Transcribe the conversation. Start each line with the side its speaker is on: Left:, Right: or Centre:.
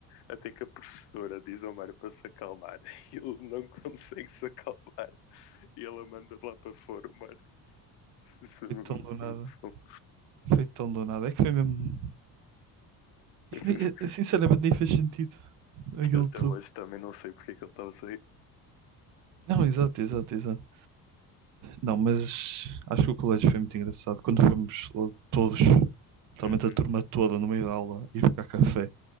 Left: Até que a professora diz ao Mário para se acalmar <laughs> e ele não consegue se acalmar e ela manda lá para fora o Mário. Isso foi
Right: foi
Left: muito,
Right: tão do nada.
Left: foi muito bom.
Right: Foi tão do nada. É que foi mesmo
Left: <laughs>
Right: É que nem- é- Sinceramente, nem fez sentido aquilo
Left: Eu até
Right: tudo.
Left: hoje também não sei porque é que ele estava a sair.
Right: Não, exato, exato, exato. Não, mas acho que o colégio foi muito engraçado. Quando fomos lá todos, literalmente
Left: Uhum.
Right: a turma toda no meio da aula, ir buscar café,